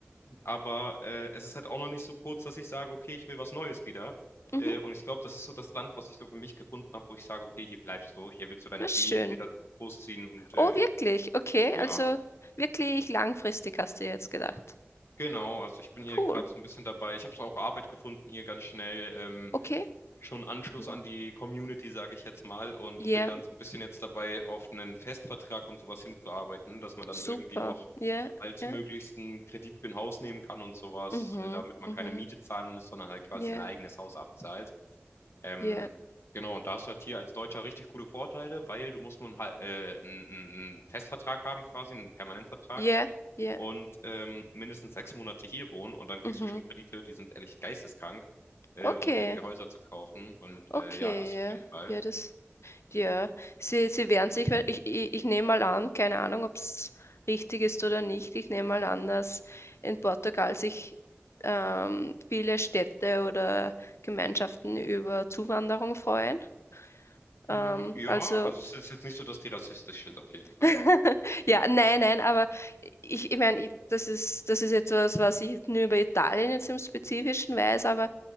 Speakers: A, on the left; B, on the left.
A: aber äh, es ist halt auch noch nicht so kurz, dass ich sage, okay, ich will was Neues wieder.
B: mhm,
A: Äh, und ich glaube, das ist so das Land, was ich so für mich gefunden habe, wo ich sage, okay, hier bleibst du, hier willst du deine
B: na
A: Familie
B: schön.
A: später großziehen und äh,
B: Oh, wirklich? Okay,
A: ja,
B: also wirklich langfristig hast du ja jetzt gedacht.
A: Genau, also ich bin hier
B: Cool.
A: gerade so ein bisschen dabei. Ich habe so auch Arbeit gefunden hier ganz schnell. Ähm,
B: Okay.
A: schon Anschluss
B: Mhm.
A: an die Community, sage ich jetzt mal, und
B: Ja,
A: bin dann so ein bisschen jetzt dabei, auf einen Festvertrag und sowas hinzuarbeiten, dass man dann
B: super.
A: irgendwie auch
B: Ja,
A: altmöglichst
B: ja.
A: einen Kredit für ein Haus nehmen kann und sowas,
B: Mhm,
A: äh, damit man
B: mhm.
A: keine Miete zahlen muss, sondern halt quasi
B: Ja.
A: sein eigenes Haus abzahlt. Ähm,
B: Ja,
A: genau, und da hast du halt hier als Deutscher richtig coole Vorteile, weil du musst nur einen, Hal- äh, einen, einen einen Festvertrag haben, quasi, einen Permanentvertrag
B: ja, ja.
A: und ähm, mindestens sechs Monate hier wohnen und dann kriegst
B: Mhm.
A: du schon Kredite, die sind ehrlich geisteskrank, äh,
B: Okay,
A: um dir irgendwie Häuser zu kaufen. Und
B: okay,
A: äh, ja, das
B: ja.
A: auf jeden Fall.
B: Ja, das, ja. Sie, sie wehren sich, weil ich, ich, ich nehme mal an, keine Ahnung, ob es richtig ist oder nicht. Ich nehme mal an, dass in Portugal sich ähm, viele Städte oder Gemeinschaften über Zuwanderung freuen. Ähm,
A: Mm, ja,
B: also,
A: also es ist jetzt nicht so, dass die rassistisch sind, auf jeden Fall.
B: <laughs> ja, nein, nein, aber ich, ich meine, ich- das ist, das ist etwas, was ich nur über Italien jetzt im Spezifischen weiß, aber